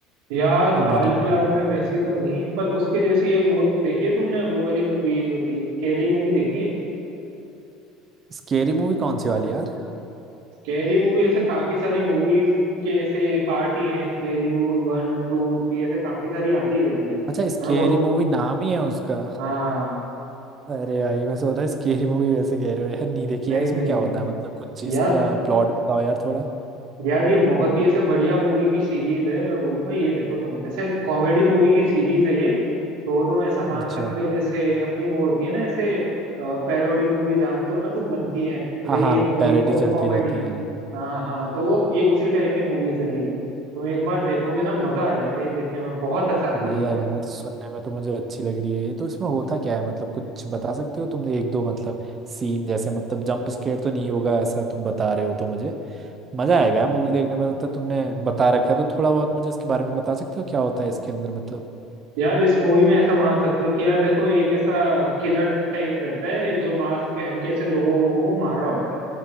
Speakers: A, on the right (about 80°); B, on the right (about 25°).
A: यार
B: जो
A: हाल
B: मैंने नहीं
A: फिलहाल
B: देखी
A: में
B: हो?
A: वैसी तो नहीं पर उसके जैसी एक वो देखी है तुमने वो वाली मूवीज जो थी स्कैरी मूवी देखी है
B: स्केरी मूवी कौन सी वाली यार
A: स्कैरी मूवी ऐसे काफी सारी मूवीज के ऐसे पार्ट ही हैं scary movie one two three ऐसे काफी सारी आती रहती है
B: अच्छा स्केरी
A: मैं बोल
B: मूवी नाम ही है उसका
A: हाँ
B: <laughs> अरे भाई मैं सोच रहा स्केरी मूवी वैसे कह रहे हो यार नहीं देखी
A: नहीं
B: यार इसमें
A: नहीं
B: क्या होता है मतलब कुछ चीज
A: यार
B: का प्लॉट बताओ यार थोड़ा
A: यार ये बहुत ही ऐसे बढ़िया मूवी की सीरीज है मैं बोलूंगा ये देखो तुम ऐसे कॉमेडी मूवी की सीरीज है ये तो तुम ऐसा मान
B: अच्छा
A: सकते हो जैसे अपनी वो होती है ना ऐसे पैरोडी मूवी जानते हो ना तुम बनती हैं कि
B: हाँ
A: भाई
B: हाँ
A: एक मूवी
B: पैरेडी
A: को
B: चलती
A: कॉमेडी
B: रहती है
A: हाँ हाँ तो ये उसी टाइप की मूवीज हैं ये तुम एक बार देखोगे ना मजा आ जाएगा ये देखने में बहुत हंसाती
B: बढ़िया
A: है ये वाली
B: है यार सुनने में तो मुझे अच्छी लग रही है ये तो इसमें होता क्या है मतलब कुछ बता सकते हो तुमने एक दो मतलब सीन जैसे मतलब जंप स्केयर तो नहीं होगा ऐसा तुम बता रहे हो तो मुझे मजा आएगा मूवी देखने में मतलब तो तुमने बता रखा है तो थोड़ा बहुत मुझे इसके बारे में बता सकते हो क्या होता है इसके अंदर मतलब
A: यार इस मूवी में ऐसा मान सकते हो कि यार देखो एक ऐसा किलर टाइप रहता है एक जो मास्क पहन के ऐसे लोगों वोगों को मार रहा होता है